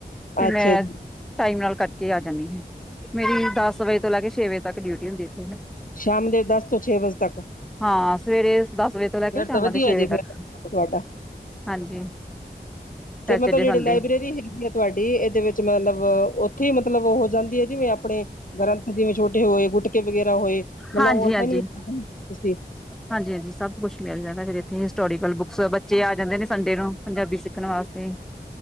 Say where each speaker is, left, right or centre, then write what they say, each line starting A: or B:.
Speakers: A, in the centre; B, on the left (about 50°).
A: ਤੇ
B: ਅੱਛਾ
A: ਮੈਂ
B: ਜੀ
A: ਟਾਈਮ ਨਾਲ ਕਟਕੇ ਆ ਜਾਂਨੀ। ਮੇਰੀ ਦਸ ਵਜੇ ਤੋਂ ਲੈ ਕੇ ਛੇ ਵਜੇ ਤੱਕ ਡਿਊਟੀ ਹੁੰਦੀ ਇੱਥੇ।
B: ਸ਼ਾਮ ਦੇ ਦੱਸ ਤੋਂ ਛੇ ਵਜੇ ਤੱਕ।
A: ਹਾਂ। ਸਵੇਰੇ ਦੱਸ ਵਜੇ ਤੋਂ
B: ਫੇਰ
A: ਲੈ ਕੇ ਸ਼ਾਮਾਂ
B: ਤਾਂ ਵਧੀਆ
A: ਦੇ ਛੇ
B: ਜੀ
A: ਵਜੇ
B: ਫਿਰ
A: ਤੱਕ।
B: ਤੁਹਾਡਾ
A: ਹਾਂਜੀ। ਸੈਚਰਡੇ
B: ਤੇ ਮਤਲਬ ਜਿਹੜੇ
A: ਸੰਡੇ
B: ਲਾਈਬ੍ਰੇਰੀ ਹੈਗੀ ਏ ਤੁਹਾਡੀ ਇਹਦੇ ਵਿੱਚ ਮਤਲਬ ਉੱਥੇ ਮਤਲਬ ਹੋ ਜਾਂਦੀ ਹੈ, ਜਿਵੇਂ ਆਪਣੇ ਗ੍ਰੰਥ ਜਿਵੇਂ ਛੋਟੇ ਹੋਏ, ਗੁਟਕੇ ਵਗੈਰਾ ਹੋਏ ਮਤਲਬ
A: ਹਾਂਜੀ
B: <unintelligible>
A: ਹਾਂਜੀ ਹਾਂਜੀ -ਹਾਂਜੀ, ਸਭ ਕੁਛ ਮਿਲ ਜਾਂਦਾ ਫਿਰ ਇੱਥੇ ਹਿਸਟੋਰੀਕਲ ਬੁੱਕਸ ਬੱਚੇ ਆ ਜਾਂਦੇ ਨੇ ਸੰਡੇ ਨੂੰ ਪੰਜਾਬੀ ਸਿੱਖਣ ਵਾਸਤੇ।